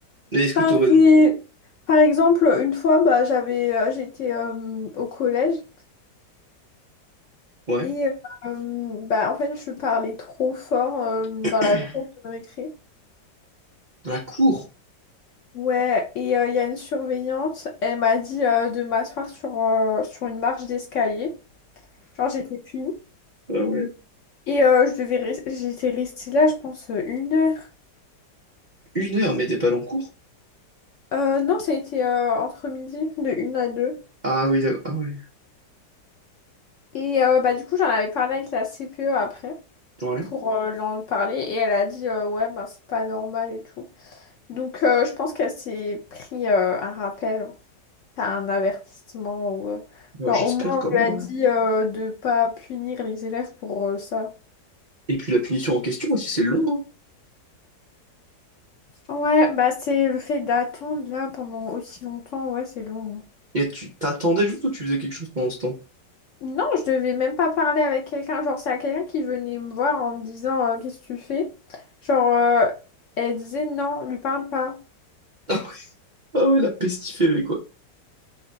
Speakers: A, on the right; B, on the left.
A: Et est-ce que
B: Enfin
A: t'aurais...
B: c'est par exemple une fois bah j'avais euh, j'étais euh, au collège
A: Ouais.
B: et euh, bah en fait je parlais trop fort euh,
A: <clears throat>
B: dans la cour de récré.
A: La cour?
B: Ouais, et euh, il y a une surveillante, elle m'a dit euh, de m'asseoir sur, euh, sur une marche d'escalier. Genre, j'étais punie.
A: Ah ouais.
B: Et euh, je devais res- j'étais restée là, je pense, euh, une heure.
A: Une heure, mais t'es pas allé en cours?
B: Euh, non, ça a été euh, entre midi, de une à deux.
A: Ah oui, d'accord. Ah ouais.
B: Et euh, bah, du coup, j'en avais parlé avec la CPE après
A: Ouais.
B: pour euh, lui en parler. Et elle a dit, euh, ouais, bah, c'est pas normal et tout. Donc, euh, je pense qu'elle s'est pris euh, un rappel. t'as un avertissement ou euh,
A: Bah,
B: genre
A: j'espère
B: au moins
A: quand
B: on lui
A: même,
B: a
A: ouais.
B: dit euh, de pas punir les élèves pour euh, ça.
A: Et puis la punition en question aussi, c'est long, hein.
B: Ouais, bah c'est le fait d'attendre là pendant aussi longtemps, ouais, c'est long.
A: Et tu t'attendais juste ou tu faisais quelque chose pendant ce temps?
B: Non, je devais même pas parler avec quelqu'un. Genre, c'est à quelqu'un qui venait me voir en me disant euh, qu'est-ce que tu fais? Genre, euh, elle disait non, lui parle pas.
A: <laughs> Ah ouais, la pestiférée, quoi.